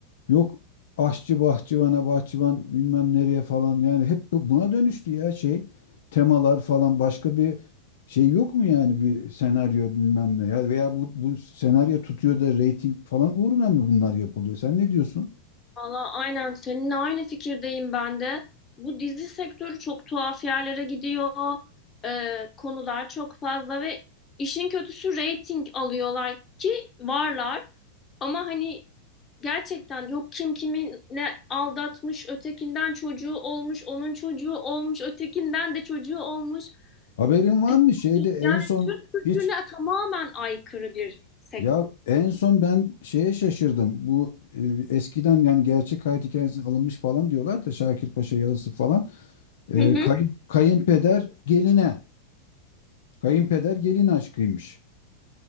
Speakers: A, on the left (about 55°); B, on the left (about 20°).
A: Yok aşçı bahçıvana bahçıvan bilmem nereye falan yani hep bu- buna dönüştü ya şey temalar falan başka bir şey yok mu yani bir senaryo bilmem ne ya veya bu, bu senaryo tutuyor da reyting falan uğruna mı bunlar yapılıyor sen ne diyorsun?
B: Valla aynen seninle aynı fikirdeyim ben de. Bu dizi sektörü çok tuhaf yerlere gidiyor. Ee, konular çok fazla ve işin kötüsü reyting alıyorlar ki varlar. Ama hani gerçekten yok kim kimi ne aldatmış, ötekinden çocuğu olmuş, onun çocuğu olmuş, ötekinden de çocuğu olmuş.
A: Haberin var
B: E,
A: mı şeyde en
B: Yani
A: son
B: Türk kültürüne
A: hiç
B: tamamen aykırı bir sektör.
A: ya en son ben şeye şaşırdım bu e, eskiden yani gerçek hayat hikayesi alınmış falan diyorlar da Şakir Paşa yazısı falan e,
B: Hı hı.
A: kayın, kayınpeder geline Kayınpeder gelin aşkıymış.